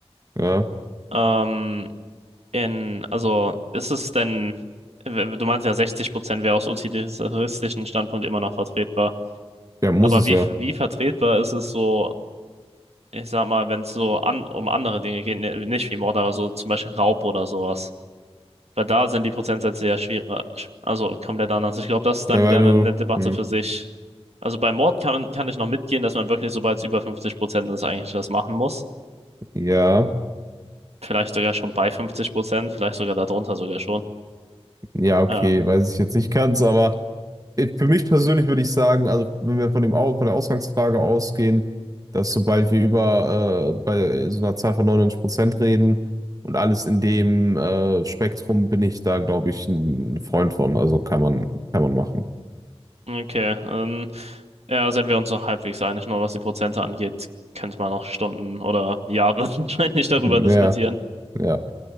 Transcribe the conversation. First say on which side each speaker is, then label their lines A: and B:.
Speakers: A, on the right; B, on the right.
A: Ja,
B: ähm, in, also ist es denn, w- du meinst ja 60% wäre aus utilitaristischen Standpunkt immer noch vertretbar.
A: ja, muss
B: Aber
A: es
B: wie,
A: ja.
B: wie vertretbar ist es so, ich sag mal, wenn es so an, um andere Dinge geht, ne- nicht wie Mord, aber so zum Beispiel Raub oder sowas? Weil da sind die Prozentsätze ja schwieriger, also komplett anders. Ich glaube, das ist
A: Ja,
B: dann wieder
A: weil
B: eine,
A: du,
B: eine Debatte
A: hm,
B: für sich. Also bei Mord kann, kann ich noch mitgehen, dass man wirklich, sobald es über 50 Prozent ist, eigentlich das machen muss.
A: ja,
B: Vielleicht sogar schon bei 50 Prozent, vielleicht sogar darunter sogar schon.
A: ja, okay,
B: Ähm,
A: weiß ich jetzt nicht ganz, aber äh, für mich persönlich würde ich sagen, also wenn wir von dem Au- von der Ausgangsfrage ausgehen, dass sobald wir über äh, bei so einer Zahl von 99% reden und alles in dem äh, Spektrum bin ich da, glaube ich, ein Freund von. Also kann man, kann man machen.
B: okay, ähm, ja, sind wir uns noch halbwegs einig, nur was die Prozente angeht, könnte man noch Stunden oder Jahre <laughs> wahrscheinlich darüber
A: Hm,
B: diskutieren.
A: Ja, ja,